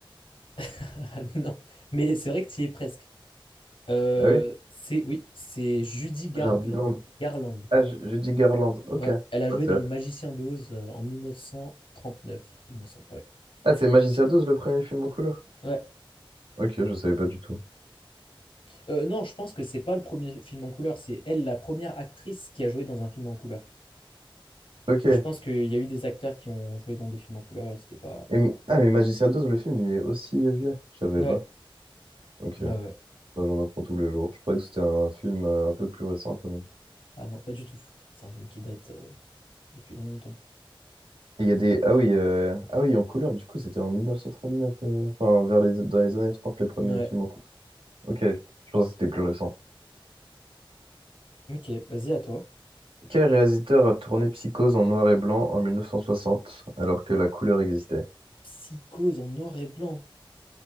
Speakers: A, on the left; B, on the right.
A: <laughs> Non. Mais c'est vrai que tu y es presque. Euh,
B: ah oui
A: c'est oui, c'est Judy Garland.
B: Jardiland
A: Garland.
B: ah je, je dis Garland ok
A: Ouais,
B: ah
A: elle a joué
B: c'est
A: dans
B: vrai.
A: Le Magicien d'Oz euh, en 1939, il me semble. Ouais.
B: ah, c'est Magicien douze le premier film en couleur
A: Ouais.
B: ok je savais pas du tout
A: Euh, non, je pense que c'est pas le premier film en couleur, c'est elle la première actrice qui a joué dans un film en couleur.
B: ok Et
A: Je pense qu'il y a eu des acteurs qui ont joué dans des films en couleur et c'était pas voilà.
B: m- ah mais Magicien 12 le film il est aussi vieux je savais
A: Ouais.
B: pas ok
A: Ouais, ouais.
B: moi j'en apprends tous les jours je croyais que c'était un film euh, un peu plus récent quand
A: Ah non, pas du tout. C'est un film qui date euh, depuis longtemps.
B: Et il y a des... Ah oui, euh, ah oui, en couleur, du coup, c'était en 1939, euh, enfin, vers les... dans les années 30, les premiers
A: Ouais.
B: films en couleur. Ok, je pense que c'était plus récent.
A: Ok, vas-y à toi.
B: Quel réalisateur a tourné Psychose en noir et blanc en 1960, alors que la couleur existait?
A: Psychose en noir et blanc.